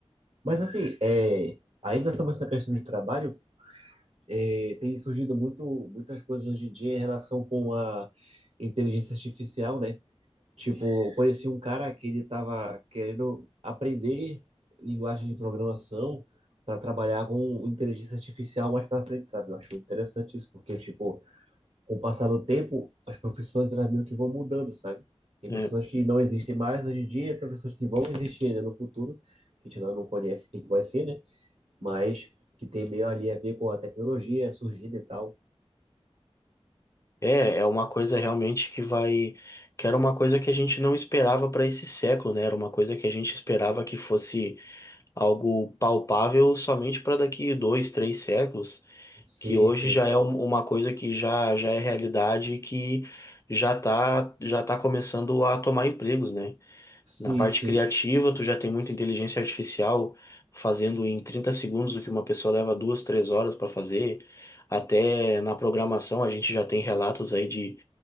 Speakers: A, on the right (about 70°); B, on the left (about 30°).
A: Mas assim, é, ainda sobre essa questão de trabalho, É, tem surgido muito, muitas coisas hoje em dia em relação com a inteligência artificial, né? Tipo, eu conheci um cara que ele estava querendo aprender linguagem de programação para trabalhar com inteligência artificial mais para frente, sabe? Eu acho interessante isso, porque, tipo, com o passar do tempo, as profissões elas meio que vão mudando, sabe? Tem
B: é.
A: profissões que não existem mais hoje em dia, profissões que vão existir ainda no futuro, que a gente ainda não conhece o que que vai ser, né? Mas que tem meio ali a ver com a tecnologia surgindo e tal.
B: É, é uma coisa realmente que vai, que era uma coisa que a gente não esperava para esse século, né? Era uma coisa que a gente esperava que fosse algo palpável somente para daqui dois, três séculos,
A: Sim,
B: que hoje
A: sim,
B: já é um- uma coisa que já, já é realidade e que já tá, já tá começando a tomar empregos, né?
A: sim,
B: Na parte
A: sim,
B: criativa, tu já tem muita inteligência artificial fazendo em 30 segundos o que uma pessoa leva duas, três horas para fazer. Até na programação a gente já tem relatos aí de